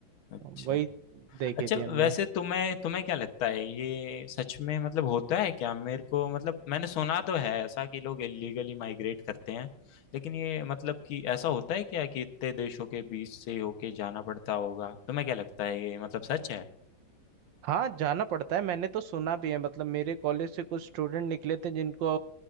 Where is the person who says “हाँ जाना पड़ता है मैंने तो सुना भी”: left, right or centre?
Right